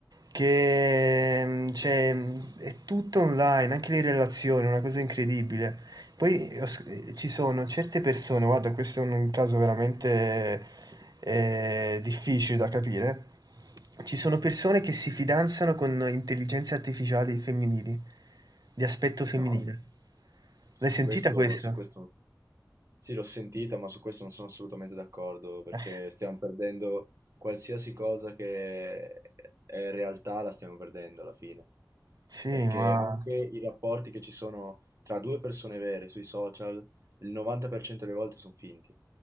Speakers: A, on the right; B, on the right.
A: Che, mhmm, cioè, mhmm, è tutto online, anche le relazioni, è una cosa incredibile. Poi ho sc ehm, ci sono certe persone, guarda questo è un caso veramente, ehm, difficile da capire. Ci sono persone che si fidanzano con intelligenze artificiali femminili, di aspetto femminile.
B: No, su
A: L'hai sentita
B: questo,
A: questa?
B: su questo, sì, l'ho sentita, ma su questo non sono assolutamente d'accordo, perché
A: Eh.
B: stiamo perdendo qualsiasi cosa che è realtà, la stiamo perdendo alla fine.
A: Sì,
B: Perché
A: ma
B: anche i rapporti che ci sono tra due persone vere sui social, il 90% delle volte sono finti.